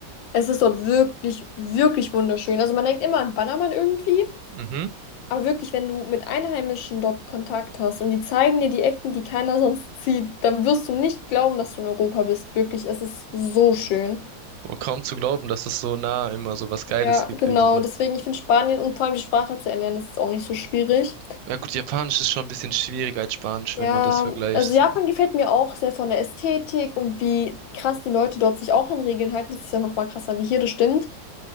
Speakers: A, on the left (about 85°); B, on the right (about 80°).
A: Es ist dort wirklich, wirklich wunderschön. Also man denkt immer an Ballermann irgendwie,
B: Mhm.
A: Aber wirklich, wenn du mit Einheimischen dort Kontakt hast und die zeigen dir die Ecken, die keiner sonst sieht, dann wirst du nicht glauben, dass du in Europa bist. Wirklich, es ist so schön.
B: Boah, kaum zu glauben, dass es so nah immer so was Geiles
A: Ja,
B: gibt
A: genau.
B: irgendwie.
A: Deswegen, ich finde Spanien und vor allem die Sprache zu erlernen, ist auch nicht so schwierig.
B: Ja gut, Japanisch ist schon ein bisschen schwieriger als Spanisch,
A: Ja,
B: wenn man das vergleicht.
A: also Japan gefällt mir auch sehr von der Ästhetik und wie krass die Leute dort sich auch an Regeln halten. Das ist ja noch mal krasser wie hier, das stimmt.